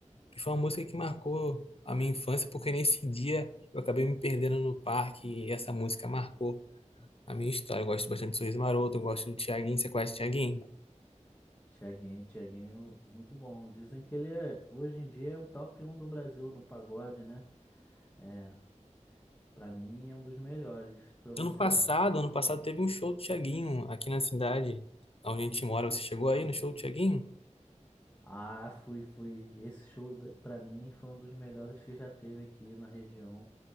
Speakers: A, on the left; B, on the left.
A: e foi uma música que marcou a minha infância, porque nesse dia eu acabei me perdendo no parque e essa música marcou a minha história. Eu gosto bastante do Sorriso Maroto, eu gosto do Thiaguinho, você conhece o Thiaguinho?
B: Tiaguinho, Tiaguinho, muito bom. Dizem que ele é, hoje em dia é o top um do Brasil no pagode, né? É, para mim é um dos melhores. Para você?
A: Ano passado, ano passado teve um show do Thiaguinho aqui na cidade onde a gente mora. Você chegou aí no show do Thiaguinho?
B: Ah, fui, fui. Esse show da- pra mim foi um dos melhores que já teve aqui na região.